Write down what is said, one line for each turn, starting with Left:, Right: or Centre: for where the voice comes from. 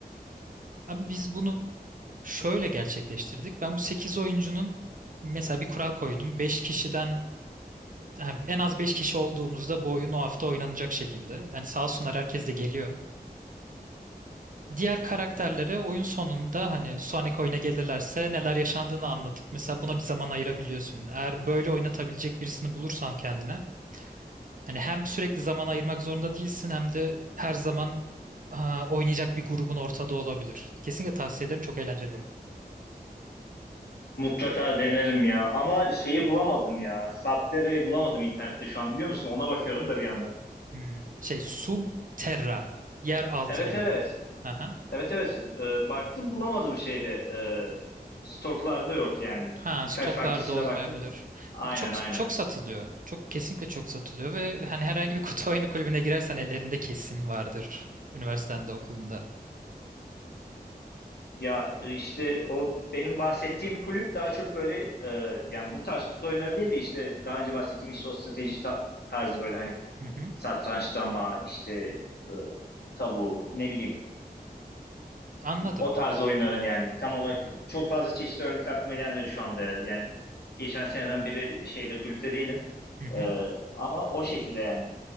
Right: Abi biz bunu şöyle gerçekleştirdik. Ben bu 8 oyuncunun mesela bir kural koydum. 5 kişiden ha, en az 5 kişi olduğumuzda bu oyun o hafta oynanacak şekilde. Yani sağ olsunlar herkes de geliyor. diğer karakterlere oyun sonunda hani sonraki oyuna gelirlerse neler yaşandığını anlatıp mesela buna bir zaman ayırabiliyorsun. Eğer böyle oynatabilecek birisini bulursan kendine hani hem sürekli zaman ayırmak zorunda değilsin hem de her zaman aa, oynayacak bir grubun ortada olabilir. Kesinlikle tavsiye ederim. Çok eğlenceli bir oyun.
Left: Mutlaka denerim ya. Ama şeyi bulamadım ya. Subterra'yı bulamadım internette şu an biliyor musun? Ona bakıyorum da bir yandan.
Right: Hmm. Şey Subterra. Yer altı
Left: Evet
Right: gibi.
Left: evet.
Right: Aha.
Left: Evet evet. Ee, baktım bulamadım şeyde. Ee, stoklarda yok yani.
Right: Ha,
Left: Birkaç
Right: stoklarda
Left: farklı sitede
Right: olmayabilir.
Left: baktım. Aynen
Right: E, Çok
Left: aynen.
Right: çok satılıyor. Çok kesinlikle çok satılıyor ve hani herhangi bir <laughs> kutu oyunu kulübüne girersen ellerinde kesin vardır. Üniversitende, okulunda.
Left: Ya e, işte o benim bahsettiğim kulüp daha çok böyle e, yani bu tarz kutu oyunları değil de işte daha önce bahsettiğim işte o strateji ta- tarzı böyle hani
Right: Hı hı.
Left: satrançlama, işte e, tabu, ne bileyim
Right: Anladım.
Left: o tarz oyunların yani tam olarak
Right: Hı hı.
Left: çok fazla çeşitli örnek aklıma gelmedi şu anda. Yani geçen seneden beri şeyde kulüpte değilim.
Right: Hı hı.
Left: E, ama o şekilde yani.